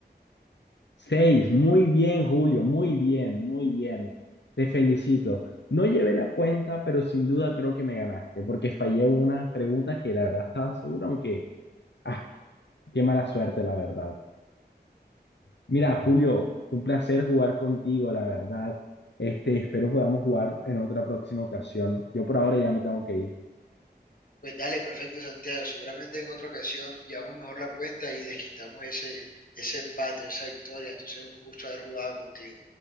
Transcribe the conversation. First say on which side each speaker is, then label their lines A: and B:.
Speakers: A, on the left; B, on the left.
A: Seis, muy bien, Julio, muy bien, muy bien. Te felicito. No llevé la cuenta, pero sin duda creo que me ganaste, porque fallé unas preguntas que la verdad estaba seguro, aunque, ah, qué mala suerte, la verdad. Mira, Julio, fue un placer jugar contigo, la verdad. Este, espero podamos jugar en otra próxima ocasión. Yo por ahora ya me tengo que ir.
B: Pues dale, perfecto, Santiago. Seguramente en otra ocasión llevamos mejor la cuenta y desquitamos ese, ese empate, esa victoria. Entonces, un gusto haber jugado contigo.